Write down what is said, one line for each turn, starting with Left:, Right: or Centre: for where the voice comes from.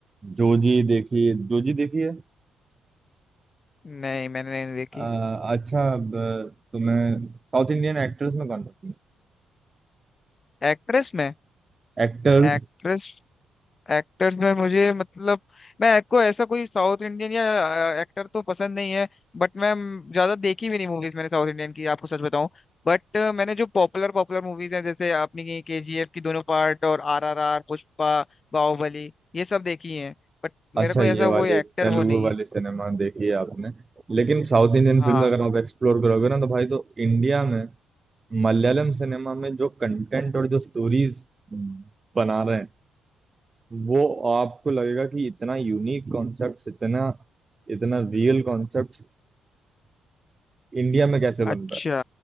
Right: जोजी देखी जोजी देखी है
Left: नहीं मैंने नहीं देखी
Right: अ, अच्छा ब- तुम्हें साउथ इंडियन एक्टर्स में कौन पसंद
Left: एक्ट्रेस में
Right: है एक्टर्स
Left: एक्ट्रेस एक्टर्स में मुझे मतलब मैं को ऐसा कोई साउथ इंडियन या एक्टर तो पसंद नहीं है बट मैं ज्यादा देखी भी नहीं मूवीज मैंने साउथ इंडियन की आपको सच बताऊं बट मैंने जो पॉपुलर पॉपुलर मूवीज हैं जैसे आपने के जी एफ की दोनों पार्ट और आर आर आर पुष्पा बाहुबली ये सब देखी हैं बट
Right: अच्छा
Left: मेरा कोई
Right: ये
Left: ऐसा
Right: वाली
Left: कोई एक्टर
Right: तेलुगु
Left: वो नहीं
Right: वाली
Left: है
Right: सिनेमा देखी है आपने लेकिन साउथ इंडियन
Left: हाँ
Right: फिल्म अगर आप एक्सप्लोर करोगे ना तो भाई तो इंडिया में मलयालम सिनेमा में जो कंटेंट और जो स्टोरीज बना रहे हैं वो आपको लगेगा कि इतना यूनिक कॉन्सेप्ट इतना इतना रियल कॉन्सेप्ट इंडिया में कैसे बन
Left: अच्छा
Right: रहा